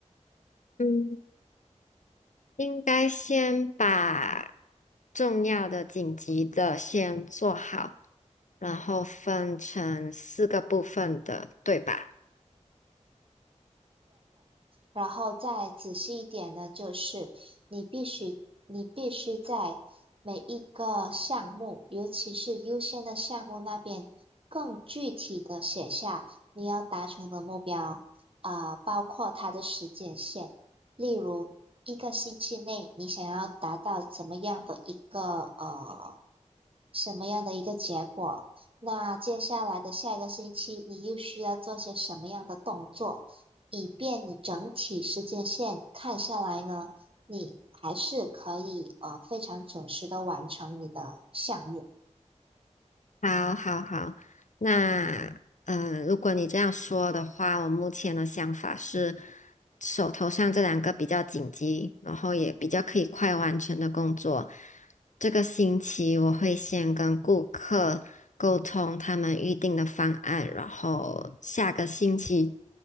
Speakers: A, on the left; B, on the right.
A: 嗯。应该先把重要的、紧急的先做好，然后分成四个部分的，对吧？
B: 然后再仔细一点呢，就是你必须你必须在每一个项目，尤其是优先的项目那边，更具体的写下你要达成的目标，啊、包括它的时间线，例如一个星期内你想要达到怎么样的一个呃什么样的一个结果。那接下来的下一个星期，你又需要做些什么样的动作，以便你整体时间线看下来呢？你还是可以呃非常准时的完成你的项目。
A: 好，好，好。那，呃，如果你这样说的话，我目前的想法是，手头上这两个比较紧急，然后也比较可以快完成的工作，这个星期我会先跟顾客沟通他们预定的方案，然后下个星期